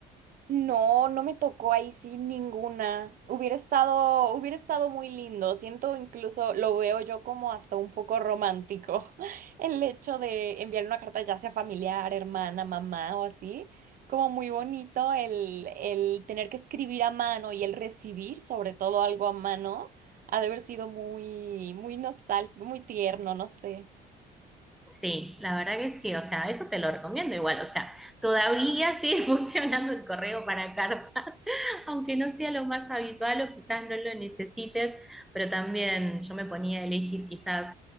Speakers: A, on the right; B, in the centre.
A: No, no me tocó ahí sí ninguna. Hubiera estado, hubiera estado muy lindo. Siento incluso, lo veo yo como hasta un poco romántico, <laughs> el hecho de enviar una carta ya sea familiar, hermana, mamá o así. Como muy bonito el, el tener que escribir a mano y el recibir sobre todo algo a mano, ha de haber sido muy, muy nostálgico, muy tierno, no sé.
B: Sí, la verdad que sí, o sea, eso te lo recomiendo igual, o sea, todavía sigue <laughs> funcionando el correo para cartas, <laughs> aunque no sea lo más habitual o quizás no lo necesites, pero también yo me ponía a elegir quizás